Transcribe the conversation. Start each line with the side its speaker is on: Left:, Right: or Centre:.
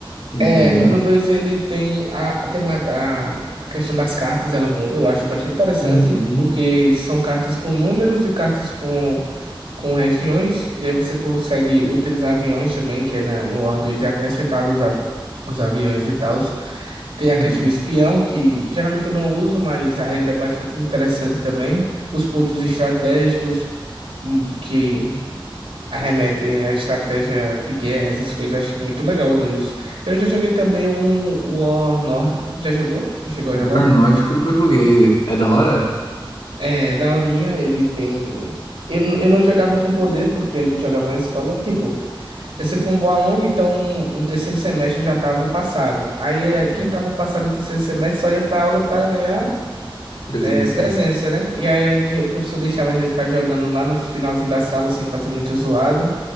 Left: entendeu?
Right: É, no 2 ele tem a, a, tema- a a questão das cartas, ela muda, eu acho bastante interessante,
Left: Uhum.
Right: porque são cartas com números e cartas com, com regiões, e aí você consegue utilizar aviões também, que é na- no War dois é acrescentado os, av- os aviões e tal. Tem a
Left: Uhum.
Right: questão do espião, que geralmente eu não uso, mas a regra é bastante interessante também. Os pontos estratégicos, hum, que Arremete à estratégia de guerra, essas coisas, acho que muito legal o dois Eu já joguei também um War nórdico. Já jogou? Já chegou a jogar?
Left: War Nórdico eu nunca joguei. É da hora?
Right: É, daorinha, ele tem. Eu, n- eu não jogava com poder, porque a gente jogava na escola. Tipo, eu sempre fui um bom aluno, então no terceiro semestre eu já tava passado. Aí
Left: Uhum.
Right: eh, quem tava passado no terceiro semestre só ia pra aula pra ganhar
Left: Presença.
Right: eh, presença, né? E aí a gen- o professor deixava a gente ficar jogando lá no finalzinho da sala, sem fazer muita zoada.